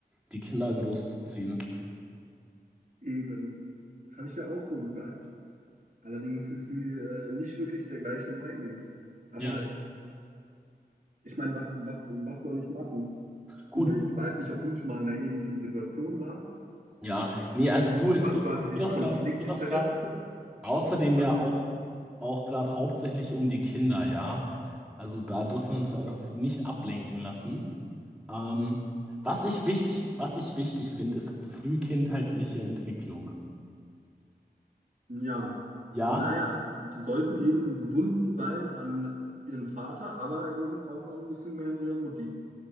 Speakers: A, in the centre; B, on the right.
A: die Kinder großzuziehen.
B: Eben. Das habe ich ja auch so gesagt. Allerdings ist sie äh, nicht wirklich der gleichen Meinung. Aber
A: Ja,
B: ich meine, was, was, was soll ich machen?
A: gut.
B: So, ich weiß nicht, ob du schon mal in einer ähnlichen Situation warst.
A: Ja, nee, also du, es
B: Du hast
A: geht,
B: quasi
A: es
B: dieses
A: geht auch
B: Konfliktinteresse.
A: gerade, geht auch gerade
B: <laughs>
A: außerdem
B: Das
A: ja auch,
B: ist,
A: auch gerade hauptsächlich um die Kinder, ja. Also da dürfen wir uns halt auch nicht ablenken lassen. Ähm, was ich wichtig, was ich wichtig finde, ist frühkindheitliche Entwicklung.
B: ja,
A: Ja,
B: naja, die, sind- die sollten eben gebunden sein an ihren Vater, aber eben auch noch ein bisschen mehr an ihre Mutti.